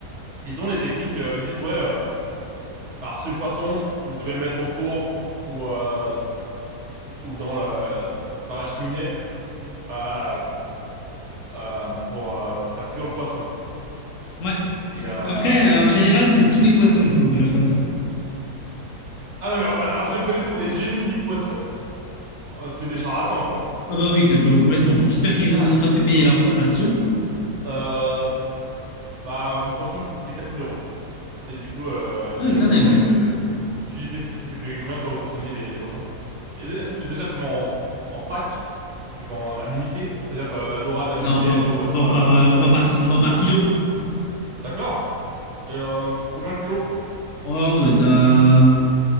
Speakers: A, on the right (about 55°); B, on the left (about 60°).
A: ils ont les techniques. euh, ils me disent ouais, euh, alors ce poisson vous devez le mettre au four ou euh, ou dans le dans la cheminée euh, euh, pour euh, faire cuire le poisson.
B: Ouais.
A: Et euh...
B: Après, euh, en général, c'est tous les poissons qu'il faut cuire comme ça.
A: ah d'accord, bah, alors je les prenais pour des génies du poisson. Euh, c'est des charlatans quoi.
B: Ah bah oui, cl- complètement. J'espère qu'ils
A: D'accord.
B: vous ont pas fait payer l'information.
A: Euh, bah mon poisson coûtait 4000 euros. Et du coup, euh,
B: Ah
A: j'avais
B: oui, quand
A: besoin
B: même.
A: quand même de... Tu, fais- tu fais payer combien, toi, au poissonnier, les, les poissons? Tu- Est-ce que tu, déjà, tu vends en, en pack? Tu vends à l'unité? C'est-à-dire que la dorade à l'unité,
B: Là, on vend,
A: elle vaut,
B: on
A: euh, je sais
B: vend
A: pas,
B: par,
A: euh, 50
B: euh, on
A: euros?
B: vend par, ki- on vend par kilo.
A: D'accord. Et euh, combien de kilos?
B: Oh, on doit être à